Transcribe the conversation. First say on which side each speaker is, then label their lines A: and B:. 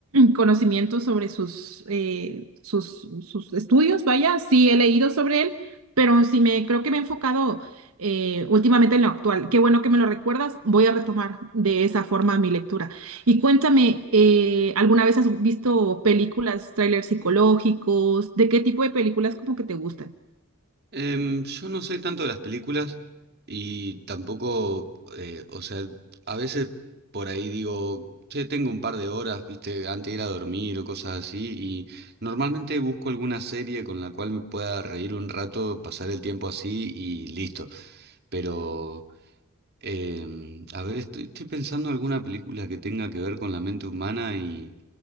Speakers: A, on the right; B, on the right.
A: conocimiento sobre sus, eh, sus, sus estudios, vaya, sí he leído sobre él, pero sí me creo que me he enfocado eh, últimamente en lo actual. Qué bueno que me lo recuerdas, voy a retomar de esa forma mi lectura. Y cuéntame, eh, ¿alguna vez has visto películas, trailers psicológicos? ¿De qué tipo de películas como que te gustan?
B: Em, yo no soy tanto de las películas y tampoco, eh, o sea, a veces por ahí digo, che, tengo un par de horas, viste, antes de ir a dormir o cosas así, y normalmente busco alguna serie con la cual me pueda reír un rato, pasar el tiempo así y listo. Pero Em, a ver, estoy, estoy pensando alguna película que tenga que ver con la mente humana y,